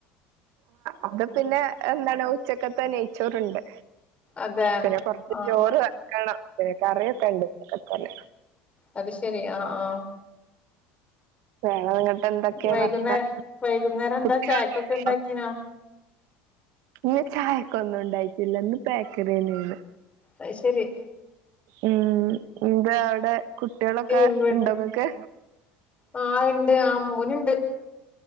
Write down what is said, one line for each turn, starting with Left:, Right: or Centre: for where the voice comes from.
Right: ഇവിടെ പിന്നെ ഉച്ചക്കത്തെ നെയ്‌ച്ചോറ്ണ്ട്.
Left: അതെ
Right: പിന്നെ കുറച്ചു
Left: ആഹ്
Right: ചോറ് വെക്കണം. ക്കെ കറി ഓക്കെ ഇണ്ട്. തന്നെ
Left: അതു ശരി ആ ആഹ്
Right: <inaudible> എന്തൊക്കെയാ
Left: വൈകുന്നേര
Right: വർത്താനം
Left: വൈകുന്നേരം എന്താ
Right: കുട്ടികളൊക്കെ
Left: ചയക്കൊക്കെ ഇണ്ടാക്കീനോ?
Right: ഇന്ന് ചായക്കൊന്നും ഇണ്ടായിട്ടില്ല ന്ന് പേക്കറിയെന്നേണ്
Left: അത് ശെരി
Right: മ്മ് എന്താ അവടെ കുട്ടിയളൊക്കെ
Left: ഇവിടെ
Right: ഇണ്ടോങ്ങക്ക്
Left: ആഹ് ഇണ്ട് ആഹ് മോനുണ്ട്